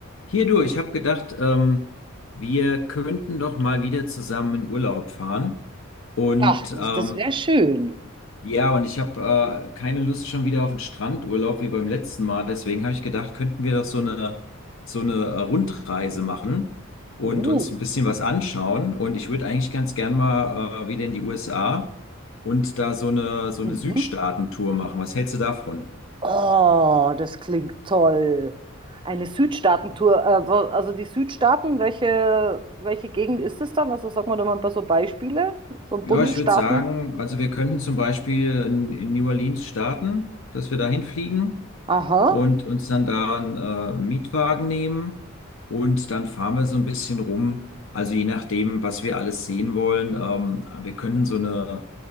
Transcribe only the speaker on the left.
Hier du, ich habe gedacht, ähm, wir könnten doch mal wieder zusammen in Urlaub fahren. Und
ähm,
ja, und ich habe äh, keine Lust schon wieder auf einen Strandurlaub wie beim letzten Mal. Deswegen habe ich gedacht, könnten wir doch so eine, so eine äh, Rundreise machen und
uns ein bisschen was anschauen. Und ich würde eigentlich ganz gern mal äh, wieder in die USA und da so eine, so
eine Südstaaten-Tour machen. Was hältst du davon?
Ja,
ich würde sagen, also wir könnten zum Beispiel in, in New Orleans starten, dass wir da hinfliegen
und uns dann da einen äh, Mietwagen nehmen und dann fahren wir so ein bisschen rum. Also je nachdem, was wir alles sehen wollen, ähm, wir können so eine